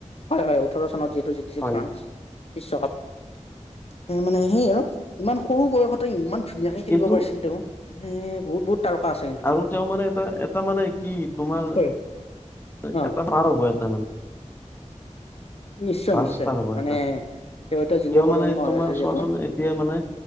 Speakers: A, on the left (about 50°); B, on the left (about 15°).
A: হয় হয় ওঠৰ চনত যিহেতু জিকিছিল
B: হয়
A: ফ্ৰান্স। বিশ্বকাপ। এ মানে সেই আৰু ইমান। সৰু বয়সত। ইমান ধুনীয়াকে খেলিব
B: কিন্তু
A: পাৰিছিল তেওঁ। মানে বহুত- বহুত। তাৰকা আছে কিন্তু
B: আৰু তেওঁ মানে এটা এটা মানে কি তোমাৰ।
A: হয়
B: এ
A: ন
B: এটা <unintelligible> কেটামান।
A: নিশ্চয়
B: ভাল
A: নিশ্চয়
B: ষ্টাৰ হব
A: মানে
B: এটা
A: তেওঁ এতিয়া যুৱ
B: কিয়
A: প্ৰজন্ম
B: মানে
A: হৈ
B: তোমাৰ
A: আছে যিহেতু
B: চোৱাচোন এতিয়া মানে